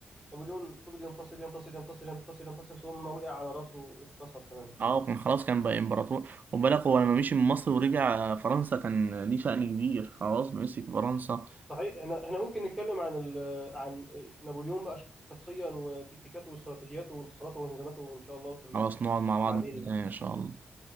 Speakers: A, in the centre; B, on the right.
A: نابليون فضل ينتصر ينتصر ينتصر ينتصر ينتصر ثم وقع على راسه اتكسر تماما
B: اه كان خلاص كان بقى امبراطور وبالك هو لما مشي من مصر ورجع فرنسا كان ليه شأن كبير خلاص مسك فرنسا
A: صحيح احنا احنا ممكن نتكلم عن ال... عن نابليون بقى شخصيا وتكتيكاته واستراتيجياته وانتصاراته وهزيماته ان شاء الله في ال...
B: خلاص نقعد مع بعض
A: بعدين
B: مرة
A: يعني،
B: تانية ان شاء الله